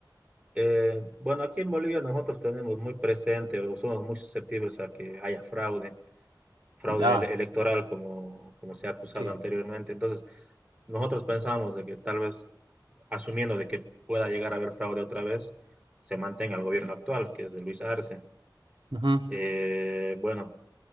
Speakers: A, on the right (about 15°); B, on the right (about 75°).
A: Eh, bueno, aquí en Bolivia nosotros tenemos muy presente o somos muy susceptibles a que haya fraude. fraude
B: Ya,
A: ele- electoral como, como se ha acusado
B: sí.
A: anteriormente. Entonces, nosotros pensamos de que tal vez, asumiendo de que pueda llegar a haber fraude otra vez, se mantenga el gobierno actual, que es de Luis Arce.
B: Ujú.
A: Eh, bueno,